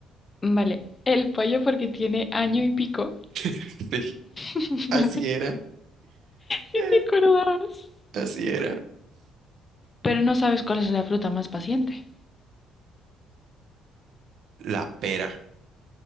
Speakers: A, on the left (about 20°); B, on the right (about 60°).
A: Vale, el pollo porque tiene año y pico.
B: <laughs>
A: <laughs>
B: Así era.
A: ¿Sí
B: eh,
A: te acordabas?
B: Así era.
A: Pero no sabes cuál es la fruta más paciente.
B: La pera.